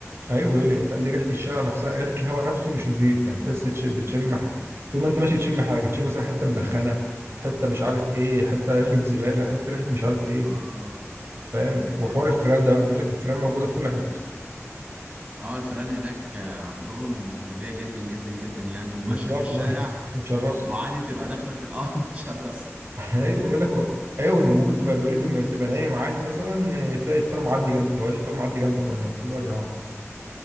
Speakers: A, on the right; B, on the right.
A: ايوه بيقول لي قال لي ريحه الشارع نفسها ريحه الهواء نفسه مش نظيف يعني تحس تش- بتشم حاجه طول ما انت ماشي بتشم حاجه تشم مثلا حته مدخنه حته مش عارف ايه حته ريحه زباله حته ريحه مش عارف ايه
B: اه
A: فاهم وحوار الفيران ده بقى بيقول لك الفيران موجوده في كل حته
B: اه الفيران هناك آه، عندهم غبية جدا جدا جدا يعني وماشية
A: بالظبط
B: في الشارع
A: بقى متشرسه
B: وب- وعادي تبقى داخلة في القهوة <laughs> متشرسة
A: <laughs> ايوه بيقول لك هو- ايوه انت ممكن تبقى بيقول لي تبقى تبقى نايم عادي مثلا آه، تلاقي الفيران معدي جنبك هو إيه الفيران معدي جنبك وانا نايم تقول له يا جماعه